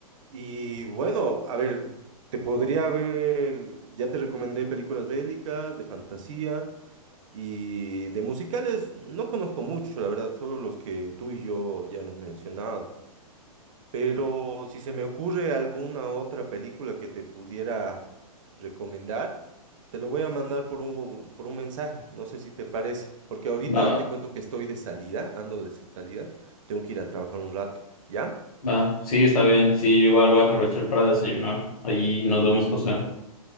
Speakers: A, on the right; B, on the left.
A: Y bueno, a ver, te podría ver, ya te recomendé películas bélicas, de fantasía y de musicales, no conozco mucho, la verdad, solo los que tú y yo ya hemos mencionado. Pero si se me ocurre alguna otra película que te pudiera recomendar, te lo voy a mandar por un, por un mensaje, no sé si te parece, porque ahorita
B: Va.
A: te cuento que estoy de salida, ando de salida, tengo que ir a trabajar un rato, ¿ya?
B: Va, sí, está bien. Sí, yo igual voy a aprovechar para desayunar. Allí nos vemos, José.